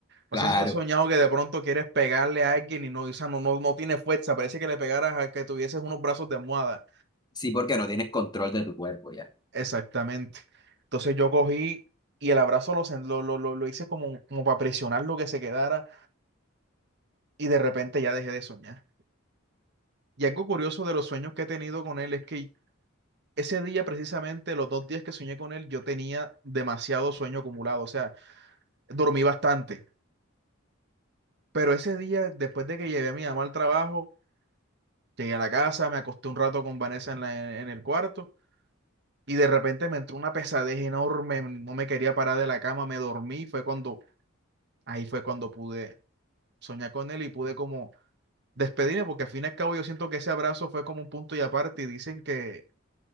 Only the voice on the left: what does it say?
Claro,
sí, porque no tienes control de tu cuerpo. ya